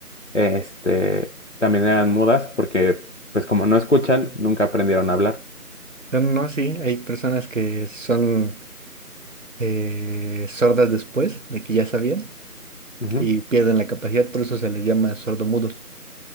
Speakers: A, on the left; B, on the right.
A: este, también eran mudas porque, pues como no escuchan, nunca aprendieron a hablar.
B: No, no, sí, hay personas que son eh, sordas después de que ya sabían
A: Ujú.
B: y pierden la capacidad, por eso se les llama sordomudos.